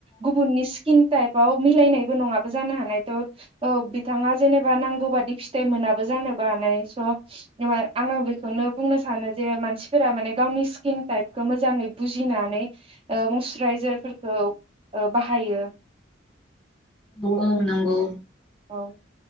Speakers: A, on the right; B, in the centre.
A: गुबुननि सि स्किन टाइपाव मिलायनायबो नङाबो जानो हानाय त' बिथाङा जेनेबा नांगौ बादि फिथाइ मोनाबो जानोबो हानाय स आङो बेखौनो बुंनो सानो जे मानसि फोरा माने गावनि स्किन टाइपखौ मोजाङै बुजिनानै मइसुराइजारफोरखौ बाहायो
B: औ औ नंगौ
A: औ